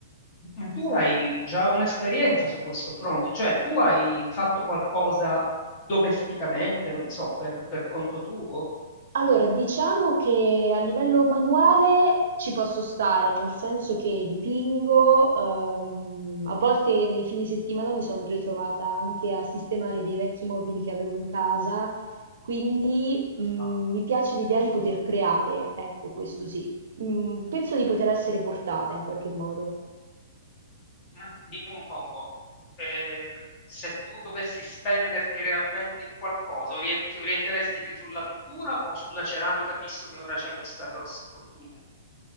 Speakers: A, on the left; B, on the right.
A: ma tu hai già un'esperienza su questo fronte, cioè tu hai fatto qualcosa domesticamente, non so, per, per conto tuo?
B: Allora, diciamo che a livello manuale ci posso stare, nel senso che dipingo, ehm, a volte nei fine settimana mi sono ritrovata anche a sistemare dei vecchi mobili che avevo in casa, quindi mm,
A: No.
B: mi piace l'idea di poter creare, ecco, questo sì. Mm, penso di poter essere portata in qualche modo.
A: Ma dimmi un poco, eh, se tu dovessi spenderti realmente in qualcosa, ori- ti orienteresti più sulla pittura o sulla ceramica, visto che ora c'hai questa grossa opportunità?